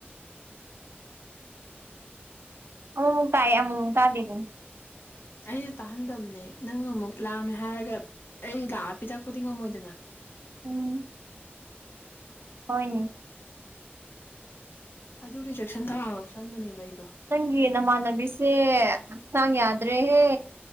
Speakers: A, on the right; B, on the left.
A: ꯑꯃꯨꯛꯃꯨꯛ ꯇꯥꯏꯌꯦ ꯑꯃꯨꯛꯃꯨꯛ ꯇꯥꯗꯦꯗꯨꯅꯤ
B: ꯑꯩꯅ ꯇꯥꯍꯟꯗꯕꯅꯦ ꯅꯪ ꯑꯃꯨꯛ ꯂꯥꯝꯃꯦ ꯍꯥꯏꯔꯒ ꯑꯩ ꯂꯥꯛꯑꯒ ꯄꯤꯊꯛꯄꯗꯤ ꯉꯝꯃꯣꯏꯗꯅ
A: ꯎꯝ ꯍꯣꯏꯅꯦ
B: ꯑꯗꯨꯒꯤ ꯆꯦꯛꯁꯤꯟ ꯊꯧꯔꯥꯡ ꯂꯧꯁꯟꯕꯅꯦꯕ ꯑꯩꯗꯤ
A: ꯅꯪꯒꯤ ꯅꯃꯥꯟꯅꯕꯤꯁꯦ ꯍꯛꯆꯥꯡ ꯌꯥꯗ꯭ꯔꯦꯍꯦ